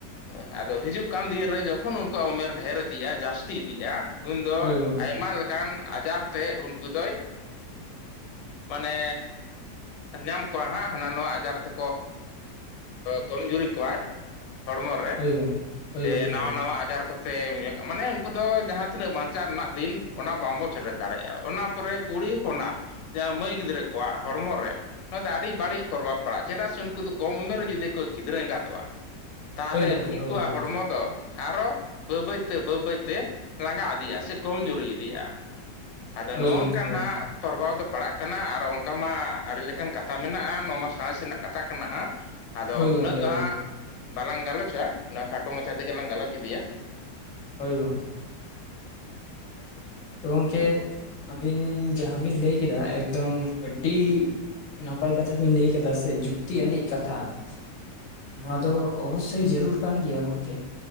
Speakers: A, on the left; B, on the left.
A: ᱦᱳᱭ ᱟᱫᱚ ᱦᱤᱡᱩᱜ ᱠᱟᱱ ᱫᱤᱱ ᱨᱮ ᱡᱚᱠᱷᱚᱱ ᱩᱱᱠᱩᱣᱟᱜ ᱩᱢᱮᱨ ᱰᱷᱮᱨ ᱤᱫᱤᱜᱼᱟ ᱡᱟᱹᱥᱛᱤ ᱤᱫᱤᱜᱼᱟ ᱩᱱᱫᱚ
B: ᱦᱳᱭ ᱜᱚᱝᱠᱮ
A: ᱟᱭᱢᱟ ᱞᱮᱠᱟᱱ ᱟᱡᱟᱨ ᱛᱮ ᱩᱱᱠᱩ ᱫᱚᱭ ᱢᱟᱱᱮ ᱧᱟᱢ ᱠᱚᱣᱟ ᱦᱟᱸᱜ ᱦᱟᱱᱟ-ᱱᱷᱟᱣᱟ ᱟᱡᱟᱨ ᱛᱮᱠᱚ ᱠᱚᱢᱡᱩᱨᱤ ᱠᱚᱣᱟᱭ ᱦᱚᱲᱢᱚ ᱨᱮ
B: ᱦᱳᱭ ᱜᱚᱝᱠᱮ
A: ᱥᱮ
B: ᱦᱳᱭ ᱜᱚᱝᱠᱮ
A: ᱱᱟᱣᱟ
B: ᱦᱳᱭ
A: ᱱᱟᱣᱟ ᱟᱡᱟᱨ ᱠᱚ ᱯᱮ ᱢᱟᱱᱮ ᱩᱱᱠᱩ ᱫᱚ ᱡᱟᱦᱟᱸ ᱛᱤᱱᱟᱹᱜ ᱵᱟᱧᱪᱟᱣ ᱨᱮᱱᱟᱜ ᱫᱤᱱ ᱾ ᱚᱱᱟ ᱵᱟᱝᱵᱚᱱ ᱥᱮᱴᱮᱨ ᱫᱟᱲᱮᱭᱟᱜᱼᱟ ᱚᱱᱟ ᱯᱚᱨᱮ ᱠᱩᱲᱤ ᱦᱚᱯᱚᱱᱟᱜ ᱡᱟᱦᱟᱸ ᱢᱟᱹᱭ ᱜᱤᱫᱽᱨᱟᱹ ᱠᱚᱣᱟᱜ ᱦᱚᱲᱢᱚ ᱨᱮ ᱢᱟᱹᱭ ᱜᱤᱫᱽᱨᱟᱹ ᱠᱚᱣᱟᱠ ᱦᱳᱨᱢᱚ ᱨᱮ ᱚᱱᱟ ᱫᱚ ᱟᱹᱰᱤ ᱵᱟᱹᱲᱤᱡ ᱯᱨᱚᱵᱷᱟᱵᱽ ᱯᱟᱲᱟᱜᱼᱟ ᱪᱮᱫᱟᱜ ᱥᱮ ᱩᱱᱠᱩ ᱫᱚ ᱠᱚᱢ ᱩᱢᱮᱨ ᱨᱮ ᱡᱩᱫᱤ ᱜᱤᱫᱽᱨᱟᱹ ᱮᱸᱜᱟᱛᱚᱜᱼᱟ ᱛᱟᱦᱚᱞᱮ
B: ᱦᱳᱭ ᱜᱚᱝᱠᱮ
A: ᱩᱱᱠᱩᱣᱟᱜ
B: ᱦᱳᱭ ᱦᱳᱭ
A: ᱦᱚᱲᱢᱚ ᱫᱚ ᱦᱨᱚ ᱵᱟᱹᱭ ᱵᱟᱹᱭ ᱛᱮ ᱵᱟᱹᱭ ᱵᱟᱹᱭ ᱛᱮ ᱞᱟᱸᱜᱟ ᱤᱫᱤᱭᱟ ᱥᱮ ᱠᱚᱢ ᱡᱩᱨᱤ ᱾ ᱫᱤᱜᱼᱟ ᱟᱫᱚ
B: ᱦᱳᱭ
A: ᱱᱚᱜᱼᱚ
B: ᱜᱚᱝᱠᱮ
A: ᱱᱚᱝᱠᱟ
B: ᱦᱳᱭ
A: ᱦᱟᱸᱜ ᱯᱨᱚᱨᱵᱷᱟᱣ ᱫᱚ ᱯᱟᱲᱟᱜ ᱠᱟᱱᱟ ᱟᱨ ᱚᱱᱠᱟ ᱢᱟ ᱟᱹᱰᱤ ᱞᱮᱠᱟᱱ ᱠᱟᱛᱷᱟ ᱢᱮᱱᱟᱜᱼᱟ ᱱᱚᱣᱟ ᱢᱟ ᱥᱟᱬᱮᱥ ᱨᱮᱱᱟᱜ ᱠᱟᱛᱷᱟ ᱠᱟᱱᱟ ᱦᱟᱸᱜ ᱾ ᱟᱫᱚ
B: ᱦᱳᱭ
A: ᱩᱱᱟᱹᱜ
B: ᱜᱚᱝᱠᱮ
A: ᱫᱚ ᱦᱟᱸᱜ
B: ᱦᱳᱭ
A: ᱵᱟᱞᱟᱝ ᱜᱟᱞᱚᱪᱟ ᱩᱹᱜ ᱠᱷᱟᱴᱚ ᱢᱟᱪᱷᱟ ᱛᱮᱜᱮ ᱞᱟᱝ ᱜᱟᱞᱚᱪ ᱤᱫᱤᱭᱟ ᱾
B: ᱦᱳᱭ ᱜᱚᱝᱠᱮ ᱾ ᱛᱚ ᱜᱚᱝᱠᱮ ᱟᱹᱵᱤᱱ ᱡᱟᱦᱟᱸ ᱵᱤᱱ ᱞᱟᱹᱭ ᱠᱮᱫᱟ ᱮᱠᱫᱚᱢ ᱟᱹᱰᱤ ᱱᱟᱯᱟᱭ ᱠᱟᱛᱷᱟ ᱵᱤᱱ ᱞᱟᱹᱭ ᱠᱟᱫᱟ ᱥᱮ ᱡᱩᱠᱛᱤ ᱟᱹᱱᱤᱡ ᱠᱟᱛᱷᱟ ᱾ ᱱᱚᱣᱟ ᱫᱚ ᱚᱵᱚᱥᱳᱭ ᱡᱟᱨᱩᱲ ᱠᱟᱱ ᱜᱮᱭᱟ ᱜᱚᱝᱠᱮ ᱾